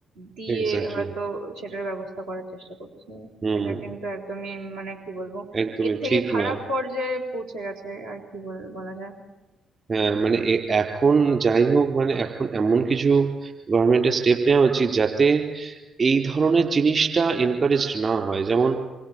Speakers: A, on the right (about 75°); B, on the right (about 40°).
A: দিয়ে
B: এক্স্যাক্টলি
A: হয়তো সেটার ব্যবস্থা করার চেষ্টা করছি
B: হুম
A: সেটা কিন্তু একদমই মানে কি বলবো
B: একদমই
A: এর থেকে
B: ঠিক
A: খারাপ
B: নয়
A: পর্যায়ে পৌঁছে গেছে আর কি বল- বলা যায়
B: হ্যাঁ মানে এ- এখন যাই হোক মানে এখন এমন কিছু গভর্নমেন্টের স্টেপ নেওয়া উচিত যাতে এই ধরনের জিনিসটা এনকারেজড না হয় যেমন